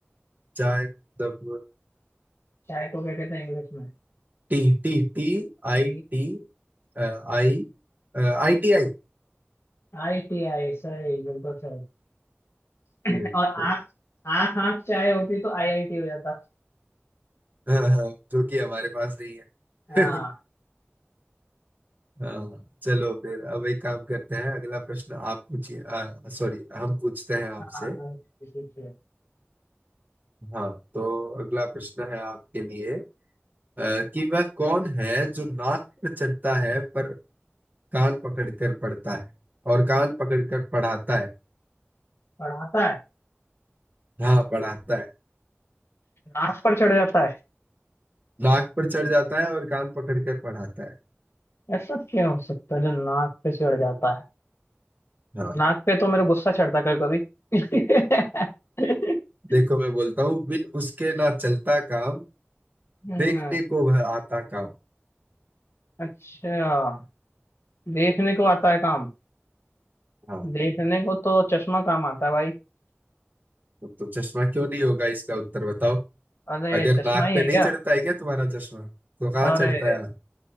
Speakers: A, on the right (about 40°); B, on the left (about 65°).
A: चाय मतलब
B: चाय को क्या कहते हैं इंग्लिश में
A: tea Tea T
B: टी
A: आई टी A, I अ, आई टी आई
B: आई टी आई सही बिल्कुल सही <laughs>
A: बिल्कुल
B: और आंख आंख आंख चाय होती तो आई आई टी हो जाता
A: <laughs> हाँ हाँ जो कि हमारे पास नहीं है
B: हाँ
A: <laughs> हाँ चलो फिर अब एक काम करते हैं अगला प्रश्न आप पूछिए सॉरी हम पूछते हैं आपसे
B: IIT,
A: हाँ तो अगला प्रश्न है आपके लिए अ, कि वह कौन है जो नाक पर चढ़ता है पर कान पकड़ कर पढ़ता है और कान पकड़ कर पढ़ाता है
B: पढ़ाता है
A: हाँ पढ़ाता है
B: नाक पर चढ़ जाता है
A: नाक पर चढ़ जाता है और कान पकड़ कर पढ़ाता है
B: ऐसा क्या हो सकता है जो नाक पे चढ़ जाता है
A: हाँ
B: नाक पे तो मेरा गुस्सा चढ़ता है कभी कभी <laughs>
A: देखो मैं बोलता हूँ बिन उसके ना चलता काम
B: हम्म,
A: देखने को वह आता काम
B: अच्छा देखने को आता है काम
A: हाँ
B: देखने को तो चश्मा काम आता है भाई
A: तो, तो चश्मा क्यों नहीं होगा इसका उत्तर बताओ
B: अरे
A: अगर
B: चश्मा
A: नाक
B: ही
A: पे
B: है
A: नहीं
B: क्या
A: चढ़ता है क्या तुम्हारा चश्मा तो कहाँ
B: अरे
A: चढ़ता है